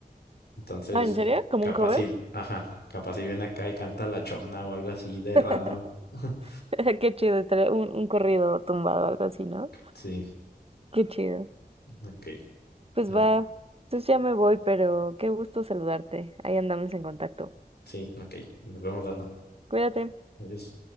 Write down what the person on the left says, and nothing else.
Entonces,
ca-
capaz
si, ajá, capaz si viene acá y canta La Chona o algo así de
random. <laughs>
Sí,
ok.
eh,
sí, ok. Nos vemos dando.
Adiós.